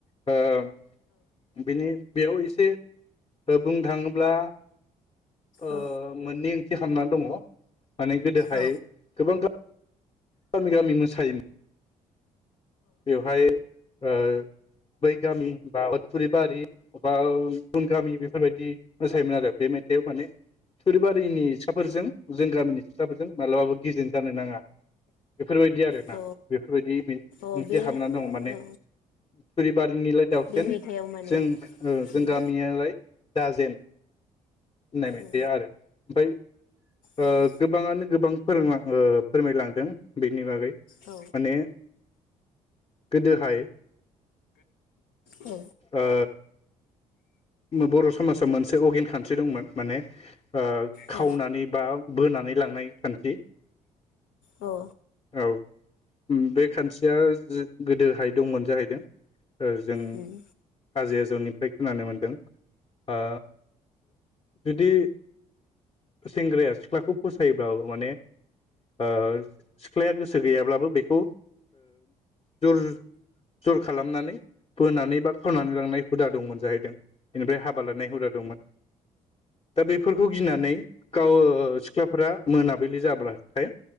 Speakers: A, on the left (about 30°); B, on the left (about 70°).
A: ओ बिनि बेयाव एसे बुंनो थाङोब्ला ओ
B: अ
A: मोननै ओंथि खालामामनानै दङ माने हाय
B: औ
A: गोबां गा गामि गामि मोसायोमो बेवहाय अ बै गामि बा उदफुरिबारि बा गुबुन गामि बेफोरबायदि मोसायोमोन आरो। बे मेथाइआव माने थुरिबारिनि सिखाफोरजों जों गामिनि सिख्लाफोरजों मालाबाबो गेजेन जानो नाङा बेफोरबायदि आरोना
B: औ
A: बेफोरबायदि
B: औ
A: एसे
B: बे
A: हाबना दङ माने
B: औ
A: थुरिबारिनिलाय दाउसिन
B: बे मेथाइआव माने
A: जों जों
B: उम
A: गामियालाय दाजेन होननाय मेथाया
B: औ
A: आरो ओमफ्राय
B: उम
A: गोबाङानो गोबां फोर फोरमायलांदों बेनि बागै
B: औ
A: माने गोदोहाय
B: उम औ
A: ओ बर' समाजाव मोनसे अगिन खान्थि दंमोन माने ओ खावनानै
B: औ
A: बा बोनानै लांनाय खान्थि।
B: औ
A: औ बे खान्थिया गोदोहाय दंमोन जाहैदों। जों
B: उम
A: आजै आजौनिफ्राय खोनानो मोन ओ जुदि सेंग्राया सिख्लाखौ फसायोब्लाबो माने ओ सिख्लाया गोसो गैयाब्लाबो बेखौ जुर जर खालामनानै बोनानै बा खावनानै लांनाय हुदा दंमोन जाहैदों। बेनिफ्राय हाबा लानाय हुदा दंमोन दा बेफोरखौ गिनानै गाव सिख्लाफोरा मोनाबिलि जाब्लाथाय